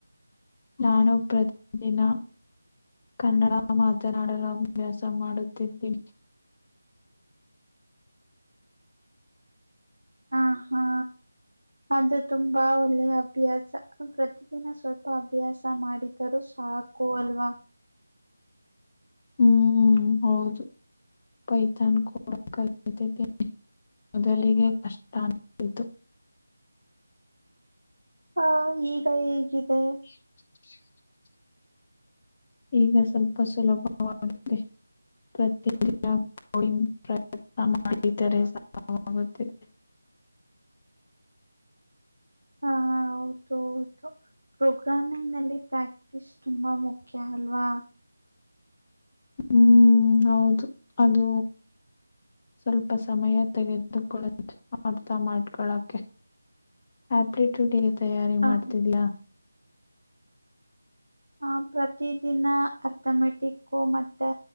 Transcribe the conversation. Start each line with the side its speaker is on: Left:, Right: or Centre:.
Left: ನಾನು ಪ್ರತಿದಿನ ಕನ್ನಡ ಮಾತನಾಡಲು ಅಭ್ಯಾಸ ಮಾಡುತ್ತಿದ್ದೀನಿ
Right: ಹ ಹಾ ಅದು ತುಂಬಾ ಒಳ್ಳೆಯ ಅಭ್ಯಾಸ ದಿನ ಸ್ವಲ್ಪ ಅಭ್ಯಾಸ ಮಾಡಿದರೂ ಸಾಕು ಅಲ್ವಾ
Left: ಹೂ ಹೌದು ಪೈತನ್ ಕೂಡ ಕಲನಿ ಮೊದಲಿಗೆ ಕಷ್ಟ ಆಗಿಬಿಟ್ಟಿತ್ತು
Right: ಹಾ ಈಗ ಹೇಗಿದರೆ
Left: ಇಲ್ಲ ಈಗ ಸ್ವಲ್ಪ ಸುಲಭವಾಗಿದೆ ಪ್ರತಿ ದಿನಡಿ ಪ್ರಯತ್ನ ಮಾಡಿದರೆಾಗುತ್ತಿದೆ
Right: ಹ ಹೌದು ಹೌದು ಪ್ರೋಗ್ರಾಮಿಂಗ್ ನಲ್ಲಿ ಪ್ರಾಕ್ಟೀಸ್ ತುಂಬಾ ಮುಖ್ಯ ಕಲ್ವಾ
Left: ಹೂ ಹೌದು ಅದು ಸ್ವಲ್ಪ ಸಮಯ ತೆಗೆದುಕೊಳ್ಳತಾ ಅರ್ಥಮಾಡಿಕೊಳ್ಳೋಕೆ ಆಪ್ಲಿಟ್ಯೂಡ್ ಇ ತಯಾರಿ
Right: ಹ
Left: ಮಾಡ್ತಾ ಇದೀಯಾ
Right: ಆ ಪ್ರತಿದಿನ ಅರ್ಥಮೆಟಿಕ್ಕು ಮತ್ತೆ